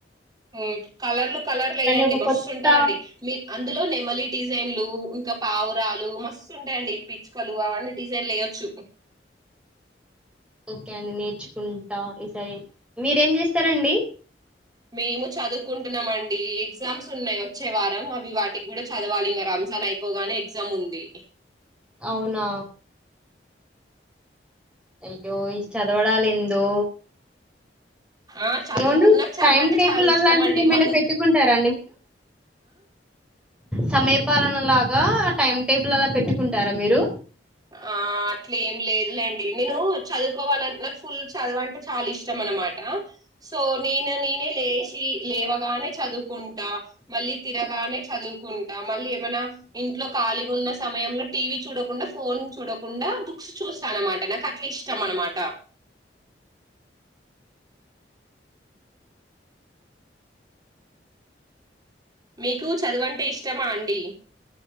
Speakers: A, on the right (about 20°); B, in the centre.
A: ఎట్ కలర్లు కలర్లు వ్యండి
B: ఒక
A: మస్తుంటదండి
B: కొత్త
A: మీ అందులో నెమలి డిజైన్లు ఇంకా పావురాలు మస్తు ఉంటాయండి పిచ్చుకలు అవన్నీ డిజైన్లు వేయొచ్చు
B: ఓకే అండి నేర్చుకుంటాం ఈసారి మీరేం చేస్తారండి
A: మేము చదువుకుంటున్నామ అండి ఎగ్జామ్స్ ఉన్నాయి వచ్చే వారం అవి వాటికి కూడా చదవాలి ఇ మ రంజాన్ అయిపోగానే ఎగ్జామ్ ఉంది
B: అవునా అయ్యో ఇస్ చదవడాలేందో
A: ఆ చదువు
B: ఏమండి
A: నాకు చదువన్
B: టైం
A: టే
B: టేబుల్
A: చాలా ఇష్టం
B: అలాంటిది
A: అండిఆ
B: ఏమైనా పెట్టుకుంటారా సమయ పాలనలాగా టైమ్ టేబుల్ అలా పెట్టుకుంటారా మీరు
A: ఆ అట్లే ఏం లేదులేండి నేను చదువుకోవాలంట నాకు ఫుల్ చదవంటే చాలా ఇష్టం అనమాట సో నేను నేనే లే లేవగానే చదువుకుంటా మళ్ళీ తిర గానే చదువుకుంటా మళ్ళీ ఏమైనా ఇంట్లో కాలిగా ఉన్న సమయంలో టీవీ చూడకుండా ఫోన్ చూడకుండా బుక్స్ చూశా అన్నమాట నాకు అట్లా ఇష్టం అన్నమాట మీకు చదువంటే ఇష్టమా అండి.